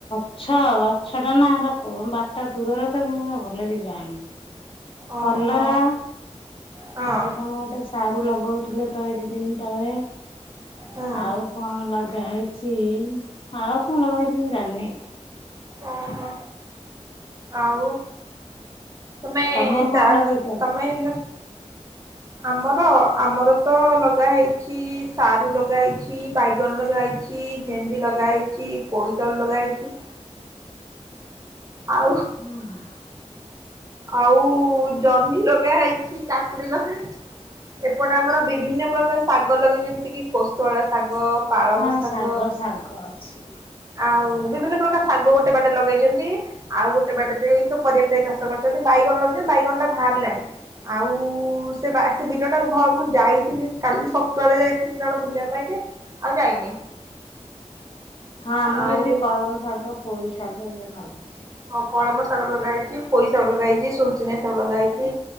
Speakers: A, on the left; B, on the right.
A: ଗଛ ଗଛ ଟା ନା କ ବାଡଟା ଦୂରରେ ତ ମୁଁ ପା ଭଲ କି ଜାଣିନି।
B: ଓହୋ
A: କଲରା
B: ହଁ
A: ଆଉ କଣ ଗୋଟେ ଶା ଲଗଉଥିଲେ ତ ଏଇ ଦି ଦିନ ତଳେ।
B: ହୁଁ
A: ଆଉ କଣ ଲାଗା ହେଇ ଛି ଆଉ କଣ ଲଗାହେଇଛି ମୁଁ ଜାଣିନେଇ।
B: ଓହୋ ଆଉ। ତମେ
A: ତମର କଣ
B: ତା
A: ଲଗେଇଛ?
B: ତମେ ହେଲ।
A: <inaudible>
B: ଆମର ଆମର ତ ଲଗା ହେଇଛି ସାରୁ ଲଗା ହେଇଛି। ବାଇଗଣ ଲଗା ହେଇ ଭେଣ୍ଡି ଲଗା ହେଇଛି। ପୋଇତାଳୁ ଲଗା ହେଇଛି।
A: <inaudible>
B: ଆଉ
A: ହୁଁ।
B: ଆଉ ଜହ୍ନି ଲଗା ହେଇଛି। କାକୁଡି ଲଗା ହେଇଛି। ଏପଟେ ଆମର ବିଭିନ୍ନ ପ୍ରକାର ଶାଗ ଲଗେଇଚିନ୍ତି ଯେମିତି କିି କୋଷଳା ଶାଗ। ପାଳଙ୍ଗ
A: ହଁ
B: ଶାଗ
A: ଶାଗ ଅଛି।
B: ଆଉ ବିଭିନ୍ନ ପ୍ରକାର ଶାଗ ଗୋଟେ ବାଡିରେ ଲଗେଇଛନ୍ତି। ଆଉ ଗୋଟେ ବାଡି ରେ ଏଇ ସବୁ ପରିବା ଫରିବା ଚାଷ ଛନ୍ତି ବାଇଗଣ ଲଗିଛନ୍ତି ବାଇଗଣ ଟା ଭାରିଲାଣି। ଆଉ ସେ ବା ସେ ବିଲଟାକୁ ମୁଁ ଯାଇଥିଲି କାଲି ସକାଳେ ଯାଇଥିଲି। ଜଣ ବୁଲିବା ପାଇଁ ଯେ ଆଉ ଯାଇନି।
A: ହଁ ଆମର
B: ଆଉ
A: ଏ ସେ କଳମ ଶାଗ ପୋଇ ଶାଗ ଏଇରା ନାଗିଛି।
B: ହଁ କଳମ ଶାଗ ଲଗା ହେଇଛି ପୋଇ ଶାଗ ଲଗାଇଛି ସୁନସିନିଆ ଶାଗ ଲଗା ହେଇଛି।